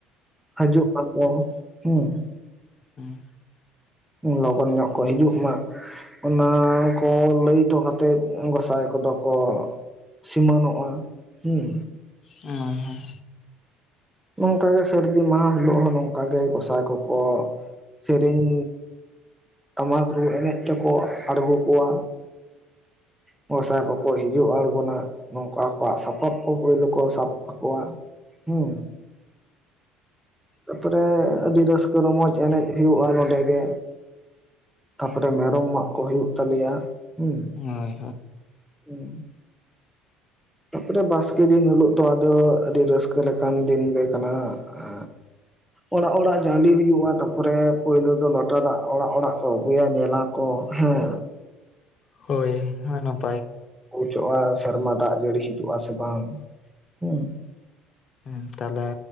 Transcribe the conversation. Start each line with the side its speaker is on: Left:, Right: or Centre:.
Centre: ᱦᱟᱡᱩᱜ ᱵᱟᱝ ᱫᱚ ᱦᱩᱸ᱾
Left: ᱦᱩᱸ᱾
Centre: ᱞᱚᱜᱚᱱ ᱧᱚᱜ ᱠᱚ ᱦᱤᱡᱩᱜ ᱢᱟ᱾ ᱚᱱᱟ ᱠᱚ ᱞᱟᱹᱭ ᱴᱚ ᱠᱟᱛᱮᱫ ᱜᱚᱸᱥᱟᱭ ᱠᱚᱫᱚ ᱠᱚ ᱥᱤᱢᱟᱹᱱᱚᱜᱼᱟ ᱦᱩᱸ᱾
Left: ᱚ ᱦᱮᱸ᱾
Centre: ᱱᱚᱝᱠᱟᱜᱮ ᱥᱟᱹᱨᱫᱤ ᱢᱟᱦᱟ ᱦᱤᱞᱳᱜ ᱦᱚᱸ ᱱᱚᱝᱠᱟ ᱜᱮ ᱜᱚᱸᱥᱟᱭ ᱠᱚᱠᱚ ᱥᱮᱨᱮᱧ ᱴᱟᱢᱟᱠ ᱨᱩ ᱮᱱᱮᱡ ᱛᱮᱠᱚ ᱟᱬᱜᱚ ᱠᱚᱣᱟ᱾ ᱜᱚᱸᱥᱟᱭ ᱠᱚᱠᱚ ᱦᱤᱡᱩᱜᱼᱟ ᱟᱲᱜᱚᱱᱟ᱾ ᱱᱚᱝᱠᱟ ᱟᱠᱚᱣᱟᱜ ᱥᱟᱯᱟᱵ ᱠᱚ ᱯᱳᱭᱞᱳ ᱠᱚ ᱥᱟᱵ ᱛᱟᱠᱚᱣᱟ, ᱦᱩᱸ᱾ ᱛᱟᱯᱚᱨᱮ ᱟᱹᱰᱤ ᱨᱟᱹᱥᱠᱟᱹ ᱨᱚᱢᱚᱡᱽ ᱮᱱᱮᱡ ᱦᱩᱭᱩᱜᱼᱟ ᱱᱚᱸᱰᱮ ᱜᱮ᱾ ᱛᱟᱯᱚᱨᱮ ᱢᱮᱨᱚᱢ ᱢᱟᱜ ᱠᱚ ᱦᱩᱭᱩᱜ ᱛᱟᱞᱮᱭᱟ ᱦᱩᱸ,
Left: ᱦᱳᱭ
Centre: ᱦᱩᱸ᱾ ᱛᱟᱯᱚᱨᱮ ᱵᱟᱥᱠᱮ ᱫᱤᱱ ᱦᱤᱞᱳᱜ ᱫᱚ ᱟᱫᱚ ᱟᱹᱰᱤ ᱨᱟᱹᱥᱠᱟᱹ ᱞᱮᱠᱟᱱ ᱫᱤᱱ ᱜᱮ ᱠᱟᱱᱟ᱾ ᱮ ᱚᱲᱟᱜ ᱚᱲᱟᱜ ᱡᱟᱞᱮ ᱦᱩᱭᱩᱜᱼᱟ ᱛᱟᱯᱚᱨᱮ ᱯᱳᱭᱞᱳ ᱫᱚ ᱞᱚᱴᱟ ᱫᱟᱜ ᱚᱲᱟᱜ ᱚᱲᱟᱜ ᱠᱚ ᱟᱹᱜᱩᱭᱟ ᱧᱮᱞᱟ ᱠᱚ ᱦᱮᱸ᱾
Left: ᱦᱳᱭ <unintelligible>
Centre: <inaudible> ᱥᱮᱨᱢᱟ ᱫᱟᱜ ᱡᱟᱹᱲᱤ ᱦᱤᱡᱩᱜᱼᱟ ᱥᱮ ᱵᱟᱝ, ᱦᱩᱸ᱾
Left: ᱦᱩᱸ ᱛᱟᱦᱚᱞᱮ,